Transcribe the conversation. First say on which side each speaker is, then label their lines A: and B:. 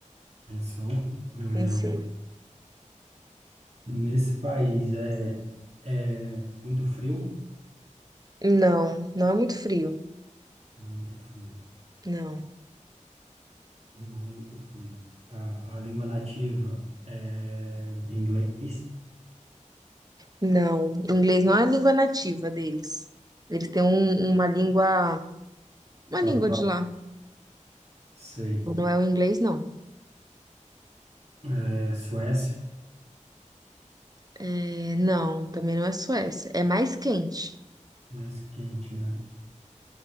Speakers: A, on the right; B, on the right.
A: Pensou. É,
B: pensei.
A: nesse país é, é muito frio?
B: Não, não é muito frio,
A: Não é muito frio.
B: não.
A: Não é muito frio. Tá. A língua nativa é inglês
B: Não, inglês não é a língua nativa deles. Eles têm um- uma língua, uma
A: própria.
B: língua de lá.
A: Sei.
B: Não é o inglês, não.
A: É, Suécia.
B: É, não, também não é Suécia. É mais quente.
A: Mais quente, né?